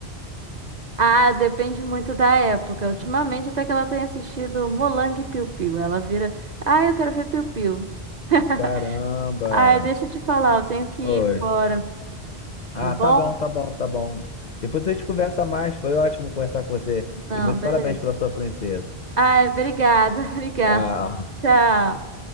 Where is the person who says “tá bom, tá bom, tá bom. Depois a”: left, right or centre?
Left